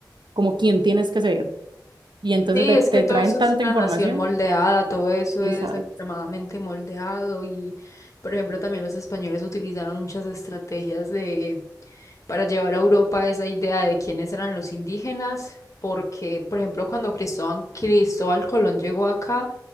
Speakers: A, on the right; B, on the left.
A: como quién tienes que ser. Y entonces
B: Sí,
A: te,
B: es
A: te
B: que todo
A: traen
B: eso
A: tanta
B: es una
A: información.
B: nación moldeada, todo eso
A: Exacto.
B: es extremadamente moldeado y, por ejemplo, también los españoles utilizaron muchas estrategias de para llevar a Europa esa idea de quiénes eran los indígenas, porque, por ejemplo, cuando Cristóbal, Cristóbal Colón llegó acá,